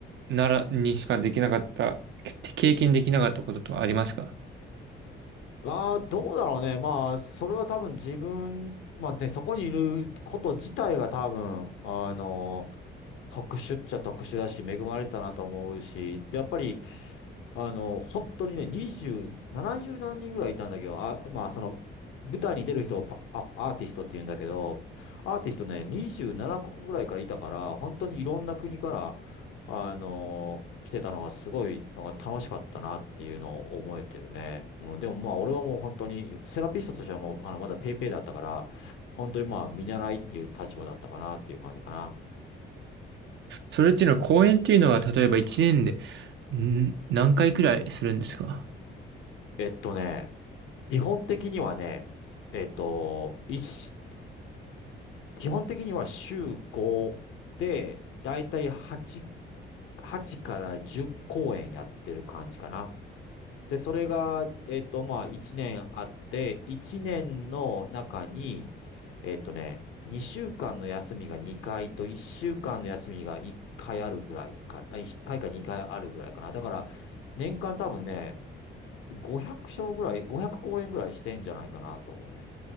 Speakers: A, on the right; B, on the left.
A: ならにしかできなかった、け経験できなかったこととかありますか
B: ああ、どうだろうね。まあ、それは多分自分、まあね、そこにいること自体が多分、あの、特殊っちゃ特殊だし、恵まれたなと思うし、でやっぱり、あの、本当にね、2 70何人ぐらいいたんだけど、あ、まあ、その、舞台に出る人をパ、あ、アーティストって言うんだけど、アーティストね、27カ国ぐらいからいたから、本当にいろんな国から、あの、来てたのはすごい、なんか楽しかったなっていうのを覚えてるね。うん、でもまあ、俺はもう本当に、セラピストとしてはもう、あの、まだペイペイだったから、本当にまあ、見習いっていう立場だったかなっていう感じかな。
A: それっていうのは、講演っていうのは、例えば1年で、ん、何回くらいするんですか
B: えっとね、基本的にはね、えっと、一基本的には週5で、だいたい8、8から10公演やってる感じかな。で、それが、えっと、まあ、1年あって、1年の中に、えっとね、2週間の休みが2回と、1週間の休みが1回あるぐらいか、あ、1回か2回あるぐらいかな。だから、年間多分ね、500章ぐらい、500公演ぐらいしてんじゃないかなと思うね。